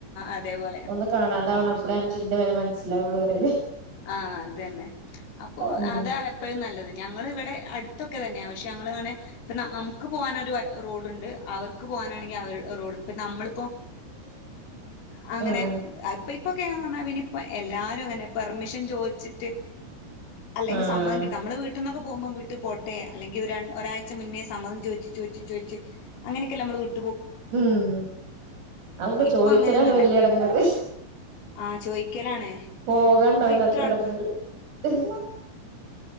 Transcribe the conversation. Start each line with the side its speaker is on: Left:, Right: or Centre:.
Left: അതേപോലെ
Right: ഒന്ന് കാണാതാവണം അപ്പളെ അൻക്ക് ഇന്റെ വെല മനസ്സി ലാവൊള്ളു പറിയില്ലേ
Left: ആഹ് അതന്നെ. അപ്പൊ
Right: ഉം
Left: അതാ എപ്പഴും നല്ലത് ഞങ്ങളിവിടെ അടുത്തൊക്കെ തന്നെയാ പക്ഷെ ഞങ്ങളെങ്ങനെ പിന്നെ നമുക്ക് പോകാനൊരു റോഡ്ണ്ട് അവർക്ക് പോകാനാണെങ്കി അവര് അവരുടെ റോഡ്ണ്ട് ഇപ്പ നമ്മളിപ്പോ അങ്ങനെ
Right: ആഹ്
Left: ഇപ്പ ഇപ്പൊക്കെയന്ന് പറഞ്ഞാൽ പിന്നിം എല്ലാരു അങ്ങനെ പെർമിഷൻ ചോദിച്ചിട്ട് അല്ലെങ്കി
Right: ആഹ്
Left: സമ്മതം കിട്ടി നമ്മള് വി ട്ട്ന്നൊക്കെ പോകുമ്പോ വീട്ട് പോട്ടെ അല്ലെങ്കി ഒരു ഒരാഴ്ച മുന്നേ സമ്മതം ചോയിച്ച് ചോയിച്ച്. ചോയിച്ച് അങ്ങനെക്കെല്ലെ നമ്മള് വീ
Right: ഉം അഹ്പ്പൊ
Left: ഇപ്പൊ
Right: ചോയ്ക്കലാണ്
Left: അങ്ങനെയൊന്നുല്ല.
Right: വല്യ എടങ്ങേറ്
Left: ആഹ് ചോയിക്കലാണ്.
Right: പോകാ ഇണ്ടാവൂല
Left: അപ്പൊ ഇത്ര
Right: അത്ര
Left: എളു
Right: എടങ്ങേറ് ഉം